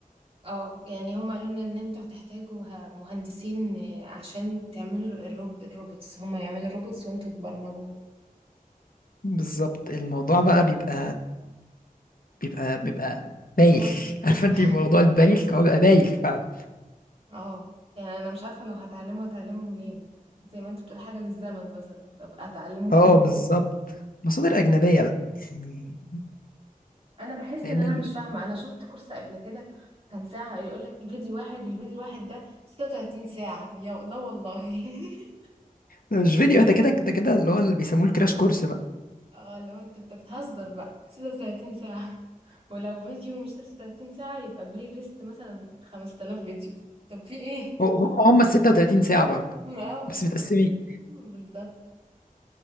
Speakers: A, on the right (about 40°); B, on the left (about 75°).
A: اه يعني هم قالوا لنا ان انتوا هتحتاجوا ه- مهندسين آه، عشان تعملوا الروب... الروبوتس هم يعملوا الروبوتس وانتوا تبرمجوه
B: بالظبط الموضوع بقى بيبقى بيبقى بيبقى بايخ
A: موت <laughs>
B: <laughs> عارفة انت موضوع البايخ هو بيبقى بايخ فعلا
A: اه يعني انا مش عارفه لو هتعلمه هتعلمه منين زي ما انت بتقول حاجه للزمن مثلا طب اتعلمه فين
B: اه بالظبط مصادر أجنبية بقى يعني
A: انا بحس
B: لان
A: ان انا
B: الم...
A: مش فاهمه انا شفت كورس قبل كده كان ساعه يقول لك فيديو واحد الفيديو الواحد ده 36 ساعه يا لا والله <laughs>
B: ده مش فيديو ده كده ده كده اللي هو اللي بيسموه الكراش كورس بقى
A: اه لو انت بت- بتهزر بقى 36 ساعه ولو فيديو مش 36 ساعه يبقى بلاي ليست مثلا 5000 فيديو طب في ايه
B: هو- هم هم ال 36 ساعه برضه
A: اه
B: بس متقسمين
A: بالظبط